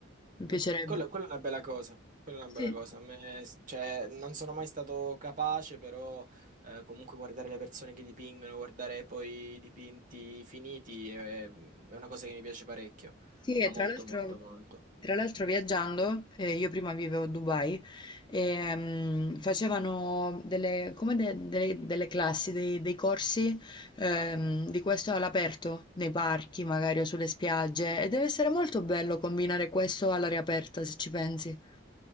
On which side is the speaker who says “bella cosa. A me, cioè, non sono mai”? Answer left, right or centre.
Right